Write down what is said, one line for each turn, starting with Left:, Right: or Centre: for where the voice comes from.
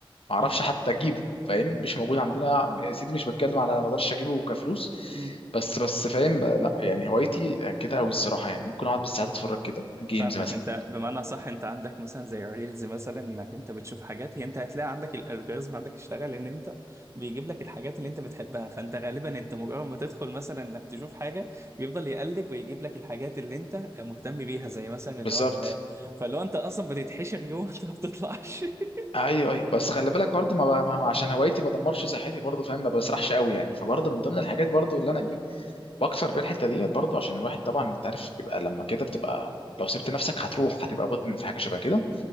Left: معرفش
Right: م-
Left: حتى اجيبه فاهم مش موجود عندنا يا سيدي مش بتكلم على ما اقدرش اجيبه كفلوس
Right: م.
Left: بس بس فاهم لا يعني هوايتي كده قوي الصراحه يعني ممكن اقعد بالساعات اتفرج كده ممكن جيمز
Right: فاهمك
Left: مثلا
Right: انت بمعنى صح انت عندك مثلا زي ريلز مثلا انك انت بتشوف حاجات هي انت هتلاقي عندك الالجوريزم عندك اشتغل ان انت بيجيب لك الحاجات اللي انت بتحبها فانت غالبا انت مجرد ما تدخل مثلا انك تشوف حاجه بيفضل يقلب ويجيب لك الحاجات اللي انت مهتم بيها زي مثلا
Left: بالظبط
Right: اللي هو ال- فاللي هو انت اصلا بتتحشر جوه <laughs> انت ما بتطلعش <laughs>
Left: ايوه ايوه بس خلي بالك برضو ما, بقى ما هو عشان هوايتي ما دمرش صحتي برضو فاهم ما بسرحش قوي يعني فبرضو من ضمن الحاجات برضو اللي انا ايه بكسر بيها الحته ديت برضو عشان الواحد طبعا انت عارف بيبقى لما كده بتبقى لو سبت نفسك هتروح هتبقى مدمن في حاجه شبه كده